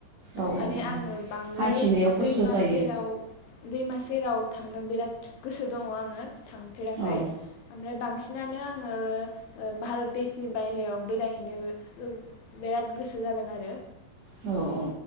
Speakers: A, on the right (about 80°); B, on the left (about 80°).
A: औ
B: माने
A: औ औ
B: आङो बांद्राय
A: हान्थिनायाव खस्थ'
B: दैमा
A: जायो
B: सेराव दैमा सेराव थांनो बिराद गोसो दङ आङो। थांफेराखै।
A: औ
B: ओमफ्राय बांसिनानो आङो भारत देशनि बायेरायाव बेरायहैनो बिराद गोसो जादों आरो।
A: औ औ औ